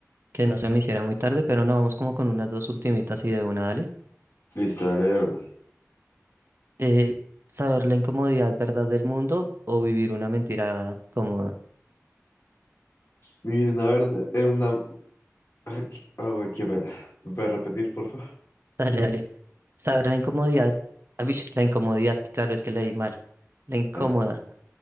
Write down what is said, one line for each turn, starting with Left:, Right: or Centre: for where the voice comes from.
Right: que no se me hiciera muy tarde, pero no, vamos como con unas dos ultimitas y de una, dale.
Left: listo, dale de una.
Right: Eh, saber la incomodidad verdad del mundo o vivir una mentira cómoda.
Left: Vivir en una verdad, en una... Ah, qué- ah, güey, qué pena. ¿Me puedes repetir, porfa?
Right: <laughs> Dale, dale. Saber la incomodidad, ah, bish, la incomodidad, claro, es que leí mal. La incómoda.
Left: <laughs>